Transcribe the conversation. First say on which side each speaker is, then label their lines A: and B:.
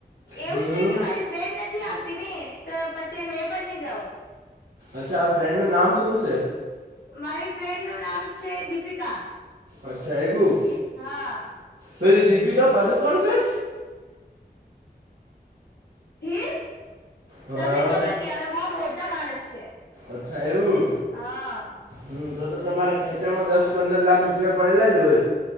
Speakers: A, on the left (about 80°); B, on the right (about 80°).
A: એવું
B: હમ
A: છે કે મારી ફ્રેન્ડ નથી આવતી ને તો પછી મે પણ ની જાઉં.
B: અચ્છા આ ફ્રેન્ડ નું નામ શું છે?
A: મારી ફ્રેન્ડ નું નામ છે દીપિકા.
B: અચ્છા એવું.
A: હા.
B: પેલી દીપિકા પાદુકોણ કે
A: હીર
B: હા
A: તમને ખબર ન હવે બહુ મોટા માણસ છે.
B: અચ્છા એવું.
A: હા
B: હમ તો તો. તમારા ખેંચામાં દસ પંદર લાખ રૂપિયા પડેલા જ હોએ.